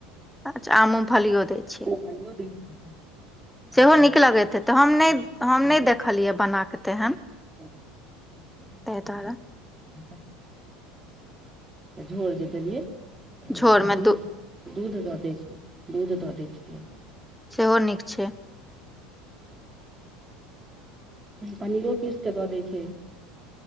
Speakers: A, in the centre; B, on the right (about 15°).
A: अच् <inaudible> आमू फालीग होतेय
B: <unintelligible>
A: सेहो
B: मूँगफली
A: नीक लगैत हे तऽ हम
B: काँचो
A: नहि
B: मूँगफली
A: हम नहि
B: पीस
A: देखलियै बना कऽ तेहन।
B: <unintelligible>
A: ताहि दुआरे
B: <unintelligible> झोर जे देलियै तऽ
A: झोर
B: व फेर
A: मे
B: दूध
A: दू
B: दूध दऽ दै छी दूध दऽ दै छियै
A: सेहो नीक छै
B: पनीरो किसके दऽ दै छै